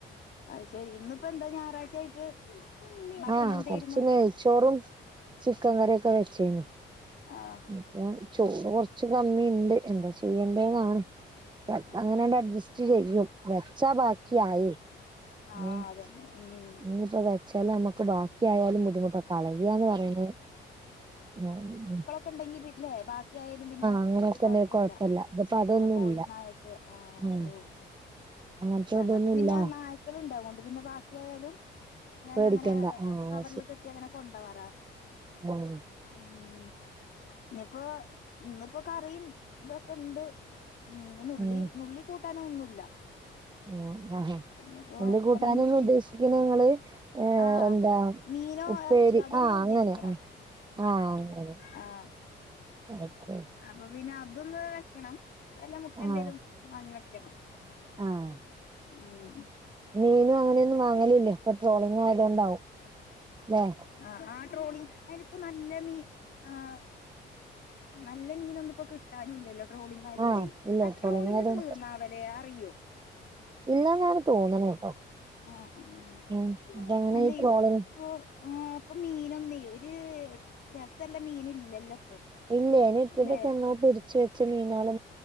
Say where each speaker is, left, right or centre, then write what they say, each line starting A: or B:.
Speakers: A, on the left; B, on the right.
A: അത് ശെരി ഇന്നിപ്പോ എന്താ ഞായറാഴ്ച്ച ആയിട്ട് ഭക്ഷണം
B: ആഹ്
A: എന്തായിരുന്നു
B: കൊറച്ച് നെയ്ച്ചോറും ചിക്കൻ കറിയൊക്കെ വെച്ചേനു
A: ആഹ്
B: ഇപ്പം ചോറ് കൊറച്ച് കമ്മിയുണ്ട് എന്താ ചെയ്യേണ്ടേന്നാണ് ചെൽപോ
A: ആഹ്
B: അങ്ങനാണ്ട് അഡ്ജസ്റ്റ് ചെയ്യും വച്ചാ ബാക്കി ആയേ
A: ആഹ്
B: ഉം
A: അതന്നെ ഉം
B: ഇനിയിപ്പോ വെ ച്ചല് അമ്മക്ക് ബാക്കി ആയാലും ബുദ്ധിമുട്ടാ കളയാന്ന് പറയണെ <unintelligible>
A: ക്കുണ്ടെങ്കി പിന്നെ ബാക് ക്കിയായാലും പിന്നെ
B: അങ്ങനെയൊക്കെ
A: കൊഴപ്പല്ല
B: ഉണ്ടെങ്കിൽ ഇതിപ്പോ അതൊന്നും
A: ആ കോഴി
B: ഇല്ല
A: നായൊക്കെ ആഹ്
B: ഉം
A: ഓ ഓ
B: അങ്ങനത്തെ
A: ഞങ്ങക്ക്
B: ഇതൊന്നും
A: പിന്നെ
B: ഇല്ല
A: നായ്ക്കളുണ്ട് അതുകൊണ്ട് പിന്നെ ബാക്കിയായാലും ഞാനങ്ങനെ
B: പേടിക്കണ്ട ആഹ്
A: കവറില് കെട്ടി അങ്ങനെ കൊണ്ടവറാ
B: ഉം
A: ഉം ഇഞ്ഞിപ്പോ ഇന്നിപ്പോ കറിയും ഇതൊക്കെ ഇണ്ട് ഉം നുള്ളി
B: ഉം
A: നുള്ളി കൂട്ടാനൊന്നുല്ല
B: ഉം ആഹ്
A: ഇനിയിപ്പോ
B: നുള്ളി കൂട്ടാന്
A: വല്ല മുട്ടി
B: ഉദ്ദേശിക്കുന്ന ഞങ്ങള് ഏ
A: ആഹ്
B: എന്താ
A: മീനോ
B: ഉപ്പേരി
A: ഇറച്ചിയോ അതാണ്
B: ആഹ്
A: ഞാൻ ഉദ്ദേശിക്കണേ
B: അങ്ങനെ ആഹ് ആഹ് അങ്ങനെ
A: ആഹ്
B: ഓക്കെ
A: അപ്പൊ പിന്നെ അതൊന്ന് വെക്കണം വല്ല മുട്ട
B: ആഹ്
A: എന്തേലും വാങ്ങി വെക്കണം
B: ആഹ്
A: ഉം
B: മീനും അങ്ങനെയൊന്നും വാങ്ങലില്ലേ ഇപ്പൊ ട്രോളിങ് ആയതൊണ്ടാവും അല്ലെ
A: ആഹ് ആ ട്രോളിങ് അതിനിപ്പോ നല്ല മീ ആഹ് നല്ല മീനൊന്നും ഇപ്പോ കിട്ടാനും ഇല്ലല്ലോ ട്രോളിംങ് ആയത് കൊണ്ടേ
B: ആഹ് ഇല്ല
A: അല്ല ട്രോളിങ്
B: ആയതുകൊണ്ട്
A: തീർന്നാവലേ അറിയോ
B: ഇല്ലന്നാണ് തോന്നുന്നത് കേട്ടോ
A: ആഹ് ആഹ്
B: ഉം ഇപ്പ അങ്ങനെ
A: അല്ലെ
B: ഈ ട്രോളിങ്
A: ഇപ്പൊ ആഹ് ഇപ്പൊ മീനൊന്നും ഒരു രസല്ല മീനൊന്നും ഇല്ലല്ലോ ഇപ്പൊ
B: ഇല്ല ഇനി ഇട്ടിട്ടൊക്കെ
A: ല്ലേ
B: എന്നാ പിടച്ച് വെച്ച മീനാള്